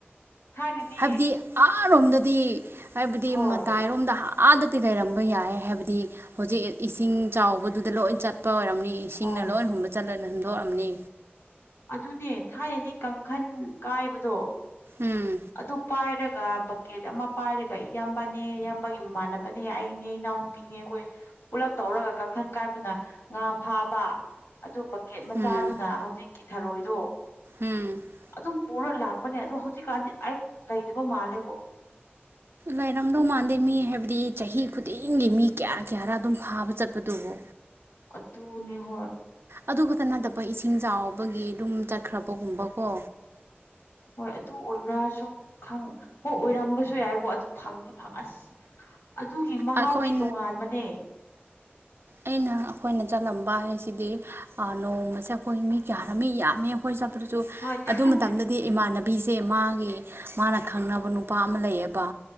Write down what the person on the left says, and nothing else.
ꯊꯥꯏꯅꯗꯤ
ꯍꯣꯏ
ꯍꯣꯏ
ꯑꯗꯨꯅꯦ ꯊꯥꯏꯅꯗꯤ ꯀꯥꯡꯈꯟ ꯀꯥꯏꯕꯗꯣ
ꯑꯗꯨ ꯄꯥꯏꯔꯒ ꯕꯛꯀꯦꯠ ꯑꯃ ꯄꯥꯏꯔꯒ ꯏꯌꯥꯝꯕꯅꯦ ꯏꯌꯥꯝꯕꯒꯤ ꯃꯃꯥꯟꯅꯕꯅꯦ ꯑꯩꯅꯦ ꯏꯅꯥꯎꯅꯨꯄꯤꯅꯦ ꯑꯩꯈꯣꯏ ꯄꯨꯜꯂꯞ ꯇꯧꯔꯒ ꯀꯥꯡꯈꯟ ꯀꯥꯏꯕꯅ ꯉꯥ ꯐꯥꯕ ꯑꯗꯨ ꯄꯛꯀꯦꯠ ꯃꯆꯥꯗꯨꯅ
ꯍꯧꯖꯤꯛꯀꯤ ꯊꯔꯣꯏꯗꯣ
ꯑꯗꯨꯝ ꯄꯨꯔ ꯂꯥꯛꯄꯅꯦ ꯑꯗꯣ ꯍꯧꯖꯤꯛꯀꯥꯟꯗꯤ ꯑꯩ ꯂꯩꯗꯕ ꯃꯥꯜꯂꯦꯕꯣ
ꯑꯗꯨꯅꯦ ꯍꯣꯏ
ꯍꯣꯏ ꯑꯗꯨ ꯑꯣꯏꯕ꯭ꯔꯥꯁꯨꯪ ꯍꯣꯏ ꯑꯣꯏꯔꯝꯕꯁꯨ ꯌꯥꯏꯀꯣ ꯑꯗꯨ ꯐꯪꯗꯤ ꯐꯪ ꯑꯁ ꯑꯗꯨꯒꯤ ꯃꯍꯥꯎꯗꯤ
ꯇꯣꯉꯥꯟꯕꯅꯦ
ꯍꯣꯏ ꯊꯥꯏ